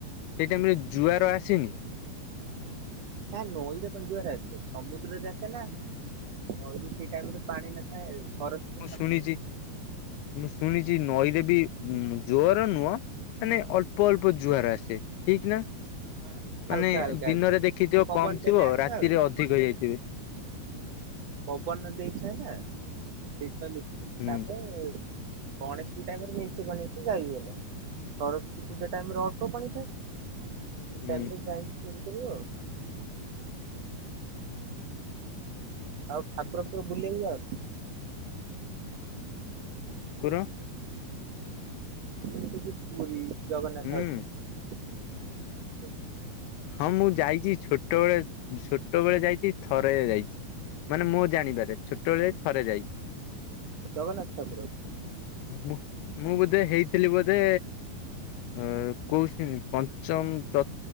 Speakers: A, on the left; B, on the right.
A: ସେଇ ଟାଇମି ରେ ଜୁଆର ଆସିନି?
B: ନା ନଈରେ କଣ ଜୁଆର ଆସେ ସମୁଦ୍ରରେ ଆସେ ନା। ନଈରେ ସେଇ ଟାଇମ୍ ରେ ପାଣି ନଥାଏ ସରସ୍ଵତୀ ଠାକୁର
A: ସୁଣିଚି ମୁଁ ଶୁଣିଚି ନଈରେ ବି ଜୋର ନୁହଁ ମାନେ ଅଳ୍ପ ଅଳ୍ପ ଜୁଆର ଆସେ ଠିକ୍ ନା?
B: ହଁ ସେ ହାଲକା
A: ମାନେ
B: ହାଲକା
A: ଦିନରେ
B: ଆସେ
A: ଦେଖିଥିବ
B: ପବନ
A: କମ୍
B: ଦେଲେ
A: ଥିବ
B: ଆସେ
A: ରାତିରେ
B: ଆଉ
A: ଅଧିକ ହେଇଯାଇଥିବେ।
B: ହଁ ପବନ ଦେଇଥାଏ ନା ସେଥିପାଇଁ ମିଶି <unintelligible>
A: ହୁଁ
B: ତାପରେ ଗଣେଶ ପୂଜା ଟାଇମ୍ ରେ ମେଞ୍ଚେ ପାଣି ଆସେ ଯାଇ ହୁଏନା ସରସ୍ଵତୀ ପୂଜା ଟାଇମ୍ ରେ ଅଳ୍ପ ପାଣି ଥାଏ। ଆମେ ସେଇ
A: ହୁଁ
B: ଟାଇମ୍ ରେ ଯାଇକି ଚୋରି କରୁ ଆଉ। ଆଉ ଠାକୁର <unintelligible> ବୁଲିବାକୁ ଯାଉନ।
A: କୁର
B: ଏ ଟିକେ ପୁରୀ ଜଗନ୍ନାଥ
A: ହୁଁ
B: ଅଛନ୍ତି ସେମିତି ଯିବ
A: ହଁ ମୁଁ ଯାଇଚି ଛୋଟବେଳେ, ଛୋଟବେଳେ ଯାଇଚି ଥରେ ଯାଇଚି। ମାନେ ମୋ ଜାଣିିବାରେ ଛୋଟବେଳେ ଯାଇଚି ଥରେ ଯାଇଚି।
B: ଜଗନ୍ନାଥ ଠାକୁର।
A: ମୁଁ ମୁଁ ବୋଧେ ହେଇଥିଲି ବୋଧେ ଅ କୋଉ ଶ୍ରେଣୀ ପଞ୍ଚମ, ଚତୁ,